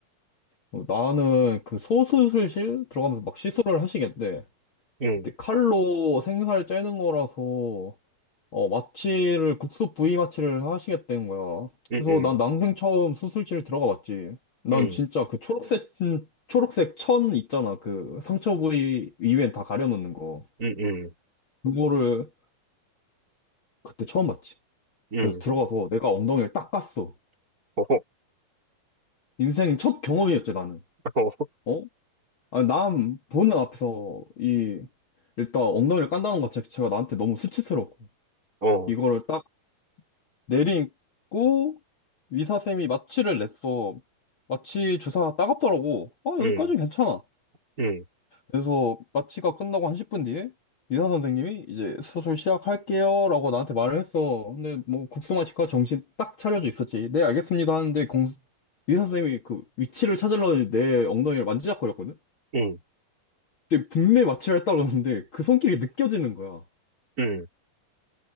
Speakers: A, on the left (about 40°); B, on the right (about 25°).
A: 어, 나는 그 소수술실 들어가면서 막 시술을 하시겠대.
B: 음,
A: 근데 칼로 생살 째는 거라서 어, 마취를 국소 부위 마취를 하시겠다는 거야.
B: 음,
A: 그래서
B: 음,
A: 난 난생 처음 수술실 들어가 봤지. 난
B: 음,
A: 진짜 그 초록색 음, 초록색 천 있잖아. 그 상처 부위 이외엔 다 가려놓는 거.
B: 음, 음,
A: 그거를 그때 처음 봤지.
B: 응
A: 그래서 들어가서 내가 엉덩이를 딱 깠어.
B: 어,
A: 인생 첫 경험이었지, 나는.
B: <laughs>
A: 어? 아, 남 보는 앞에서 이 일단 엉덩이를 깐다는 것 자체가 나한테 너무 수치스럽고
B: 어,
A: 이거를
B: 어,
A: 딱 내리고 의사쌤이 마취를 냈어. 마취 주사 따갑더라고. 아,
B: 음,
A: 여기까지는 괜찮아.
B: 음,
A: 그래서 마취가 끝나고 한 10분 뒤에 의사 선생님이 이제 수술 시작할게요라고 나한테 말을 했어. 근데 뭐 국소마취과 정신 딱 차려져 있었지. 네, 알겠습니다 하는데 공 의사 선생님이 그 위치를 찾으려는내 엉덩이를 만지작거렸거든.
B: 음,
A: 근데 분매 마취를 했다고 하는데 그 손길이 느껴지는 거야.
B: 음,